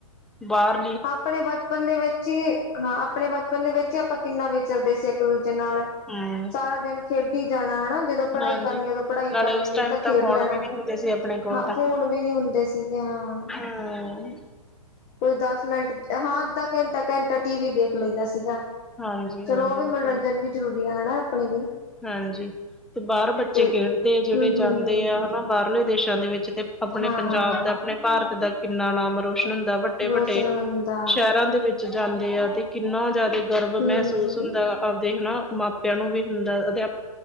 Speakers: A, in the centre; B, on the left (about 30°).
A: ਬਾਅਰ
B: ਆਪਣੇ ਬਚਪਨ ਦੇ ਵਿੱਚ ਈ ਹਾਂ ਆਪਣੇ ਬਚਪਨ ਦੇ ਵਿੱਚ ਈ ਆਪਾਂ ਕਿੰਨਾ ਵਿਚਰਦੇ ਸੀ ਇੱਕ ਦੂਜੇ ਨਾਲ।
A: ਹੂੰ।
B: ਸਾਰਾ ਦਿਨ ਖੇਡੀ ਜਾਣਾ ਹਨਾ, ਜਦੋਂ ਪੜ੍ਹਾਈ
A: ਹਾਂਜੀ।
B: ਕਰਨੀ ਉਦੋਂ ਪੜ੍ਹਾਈ
A: ਨਾਲੇ
B: ਕਰ ਲੈਣੀ
A: ਉਸ ਟਾਈਮ
B: ਤਾਂ ਖੇਡ
A: ਫੋਨ
B: ਲੈਣਾ।
A: ਵੀ ਨੀ ਹੁੰਦੇ ਸੀ ਆਪਣੇ। ਕੋਲ
B: ਹਾਂ
A: ਤਾਂ
B: ਫੋਨ ਵੀ ਨੀ ਹੁੰਦੇ ਸੀਗੇ ਹਾਂ।
A: ਹਮ
B: ਕੋਈ ਦਸ ਮਿੰਟ ਹਾਂ, ਅੱਧਾ ਘੰਟਾ, ਘੰਟਾ ਟੀ ਵੀ ਦੇਖ ਲਈ ਦਾ ਸੀਗਾ।
A: ਹਾਂਜੀ, ਹਾਂਜੀ
B: ਚਲੋ ਉਹ ਵੀ
A: ਓ
B: ਮਨੋਰੰਜਨ
A: ਭੈਣੇ।
B: ਵੀ ਜ਼ਰੂਰੀ ਆ ਹਣਾ ਆਪਣੇ ਲਈ।
A: ਹਾਂਜੀ ਤੇ ਬਾਅਰ ਬੱਚੇ
B: ਤੇ
A: ਖੇਡਦੇ ਆ, ਜਿੜੇ
B: ਹੂੰ
A: ਜਾਂਦੇ
B: ਹੂੰ
A: ਆ ਹਨਾ ਬਾਹਰਲੇ ਦੇਸਾਂ ਦੇ ਵਿੱਚ ਤੇ ਆਪਣੇ
B: ਹਾਂ
A: ਪੰਜਾਬ
B: ਹਾਂ
A: ਦਾ, ਆਪਣੇ ਭਾਰਤ ਦਾ ਕਿੰਨਾ ਨਾਮ ਰੋ ਕੁੱਛ ਨੀ ਹੁੰਦਾ ਵੱਡੇ ਵੱਡੇ
B: ਰੋਸ਼ਨ ਹੁੰਦਾ
A: ਸ਼ਹਿਰਾਂ ਦੇ ਵਿੱ ਚ ਜਾਂਦੇ ਆ ਤੇ ਕਿੰਨਾ ਜ਼ਿਆਦਾ ਗਰਵ
B: ਹੂੰ
A: ਮਹਿਸੂਸ
B: ਹੂੰ
A: ਹੁੰਦਾ, ਆਪਦੇ ਹਨਾ ਮਾਪਿਆਂ ਨੂੰ ਵੀ ਹੁੰਦਾ। ਤੇ ਅਪ